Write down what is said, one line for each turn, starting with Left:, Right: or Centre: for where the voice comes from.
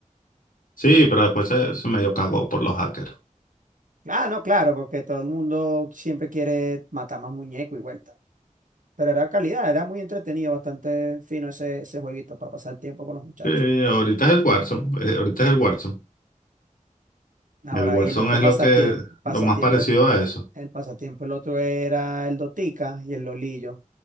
Left: Sí, pero después se, se medio cagó por los hackers.
Right: Ah, no, claro, porque todo el mundo siempre quiere matar más muñecos y vuelta. Pero era calidad, era muy entretenido, bastante fino ese, ese jueguito para pasar el tiempo con los muchachos.
Left: Sí, ahorita es el Warzone, eh, ahorita es el Warzone.
Right: Ahora,
Left: El Warzone
Right: y el otro
Left: es
Right: pasatiempo,
Left: lo que,
Right: pasatiempo,
Left: lo más parecido a eso.
Right: el pasatiempo, el otro era el Dotica y el Lolillo.